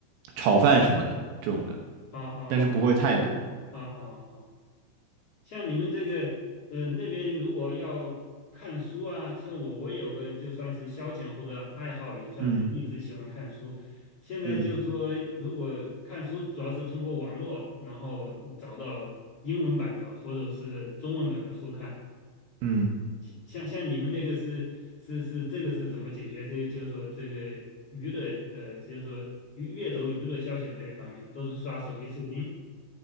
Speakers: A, on the right; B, on the left.
A: 炒饭什么的这种的，
B: 啊啊
A: 但是不会太多。
B: 啊啊啊！啊像你们这个呃那边如果要看书啊，像我我有个就算是消遣或者爱好，也算是一直喜欢看书。
A: 嗯
B: 现在就说如果看书主要是通过网络，
A: 嗯
B: 然后找到英文版的或者是中文版的书看。
A: 嗯。
B: 像像像你们那个是是是这个是怎么解决？这就是说这个娱乐呃，就是说娱阅读娱乐消遣这一方面，都是刷手机视频